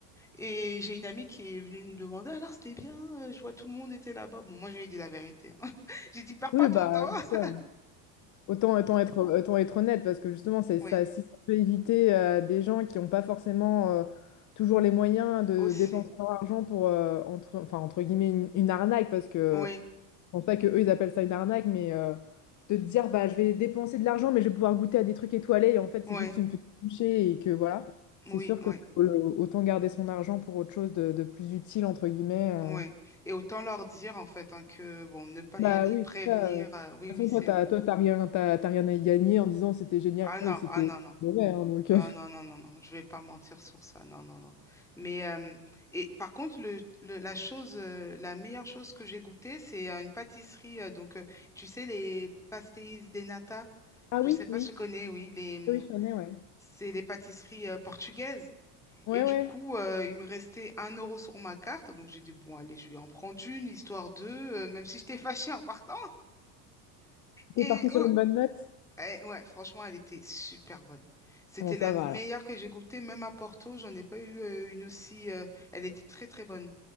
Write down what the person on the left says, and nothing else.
Oui,
bah,
ouais.
Autant, autant être, autant être honnête, parce que justement, c'est
ça, si ça peut éviter euh, des gens qui n'ont pas forcément euh, toujours les moyens de
dépenser leur argent pour, euh, entre, enfin, entre guillemets, une, une arnaque, parce que
je pense pas que eux ils appellent ça une arnaque, mais euh, de te dire, bah, je vais dépenser de l'argent, mais je vais pouvoir goûter à des trucs étoilés, et en fait,
c'est juste une petite bouchée, et que voilà,
c'est sûr
que ça vaut le- autant garder son argent pour autre chose de, de plus utile, entre guillemets. euh.
Bah
oui,
c'est ça. euh. De toute
façon,
toi, t'as,
toi, t'as rien, t'as, t'as rien à y gagner en disant c'était génial
ou c'était
mauvais, hein, donc.
euh.
Ah oui,
oui,
oui, je connais, ouais.
Ouais,
ouais.
T'es
parti
sur une bonne note?
Bon, ça
va alors.